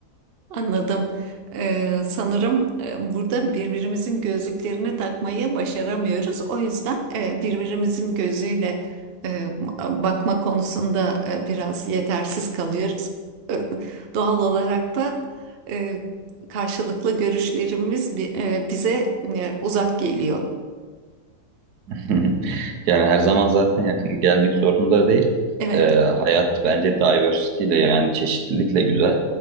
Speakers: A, on the right; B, on the right.
A: Anladım. Ee, sanırım e, burada birbirimizin gözlüklerini takmayı başaramıyoruz. O yüzden e, birbirimizin gözüyle e, bakma konusunda e, biraz yetersiz kalıyoruz. E, doğal olarak da e, karşılıklı görüşlerimiz bi- e, bize e, uzak geliyor.
B: <laughs> Yani her zaman zaten yakın gelmek zorunda değil.
A: Evet,
B: Ee, hayat bence diversity ile yani çeşitlilikle güzel.